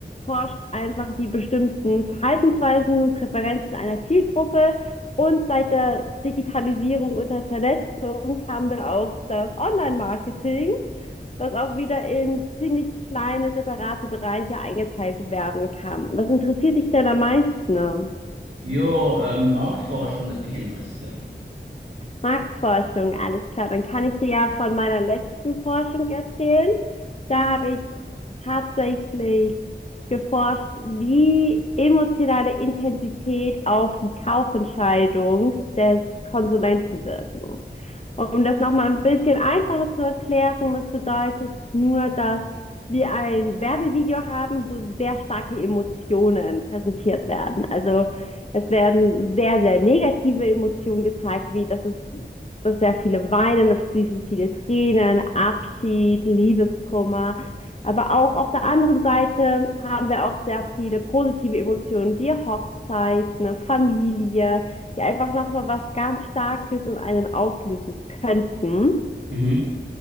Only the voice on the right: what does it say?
Jo, ähm, Marktforschung würde mich interessieren.
Mhm.